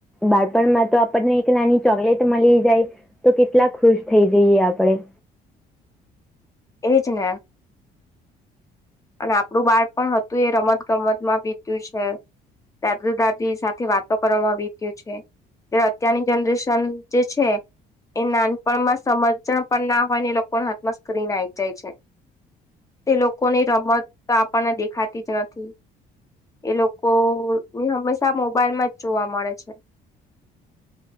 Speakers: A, in the centre; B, on the left (about 20°).
A: બાળપણમાં તો આપણને એક નાની ચોકલેટ મળી જાય તો કેટલા ખુશ થઈ જઈએ આપણેે.
B: એજ ને. અને આપડું બાળ પણ હતું એ રમત ગમત માં વીત્યું છે. દાદા દાદી સાથે વાતો કરવામાં આવીત્યો છે. એ ત્યારે અત્યારની જનરેશન જે છે. એ નાનપણમાં સમજજણ પણ ના હોય ને લોકોના હાથમાં સ્ક્રીન આવી જાય છે. તે લોકોની રમત આપણને દેખાતી જ નથી. એ લોકો ની હંમેશા મોબાઈલ માં જ જોવા મળે છે.